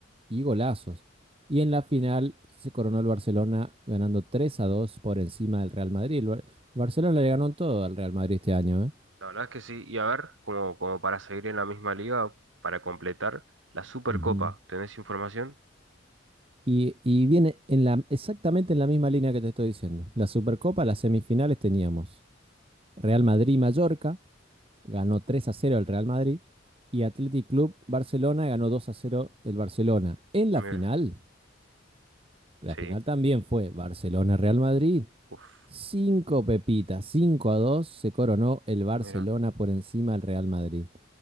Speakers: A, on the right (about 30°); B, on the right (about 80°).
A: y golazos. Y en la final se coronó el Barcelona ganando 3 a 2 por encima del Real Madrid. El Bar- Barcelona le ganó todo al Real Madrid este año, ¿eh?
B: La verdad es que sí. Y a ver, como, como para seguir en la misma liga, para completar la Supercopa.
A: Ujú.
B: ¿Tenés información?
A: Y, y viene en la, exactamente en la misma línea que te estoy diciendo. La Supercopa, las semifinales teníamos Real Madrid-Mallorca, ganó 3 a cero el Real Madrid, y Athletic Club Barcelona ganó 2 a cero el Barcelona. En
B: Mira,
A: la final, la
B: sí.
A: final también fue Barcelona-Real Madrid,
B: Uf,
A: Cinco pepitas, 5 a 2 se coronó el Barcelona
B: mira.
A: por encima del Real Madrid.